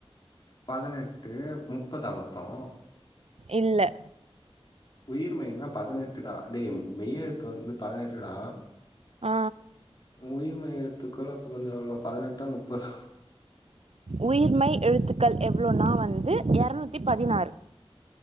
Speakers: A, on the left; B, on the right.
A: பதனெட்டு முப்பதா மொத்தொ
B: இல்ல
A: உயிர் மெய்னா பதினெட்டு டா டேய் மெய்யெழுத்து வந்து பதினெட்டுடா
B: ஆ
A: உயிர் மெய்யெழுத்துக்கள் அப்போ கொஞ்சொ எவ்ளோ பதினெட்டா நுப்பதா
B: உயிர்மெய் எழுத்துக்கள் எவ்ளோனா வந்து எரநூத்தி பதினாறு